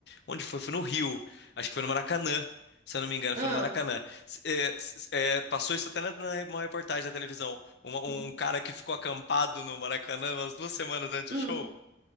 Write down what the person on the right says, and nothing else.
ah,
ah,
hum.
hum,